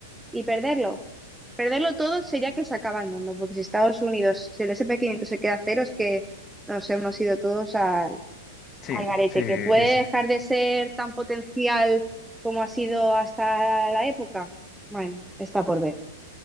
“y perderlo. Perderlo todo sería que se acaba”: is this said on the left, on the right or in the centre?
Centre